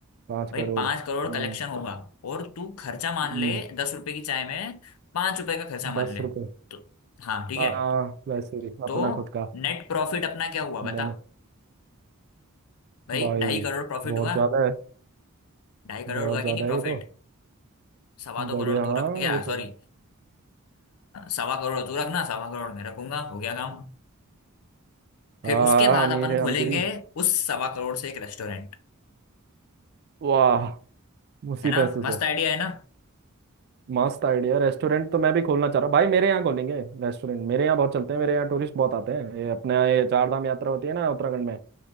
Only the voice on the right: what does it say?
पाँच
करोड़
हम्म
हम्म
दस
रुपये
आ
वैसे ही, अपना
खुद का
बन
भाई
बहुत
ज्यादा है
बहुत
ज्यादा
है ये तो
बढ़िया
हाँ
ये तो
है
हाँ
हाँ, अमीर
है
अमीरी
वाह उसी
पैसे
से
मस्त आइडिया रेस्टोरेंट तो मैं भी खोलना चाह रहा हूँ भाई मेरे यहाँ खोलेंगे रेस्टोरेंट मेरे यहाँ बहुत चलते हैं मेरे यहाँ टूरिस्ट बहुत आते हैं ये अपने यहाँ ये चार धाम यात्रा होती है ना उत्तराखंड में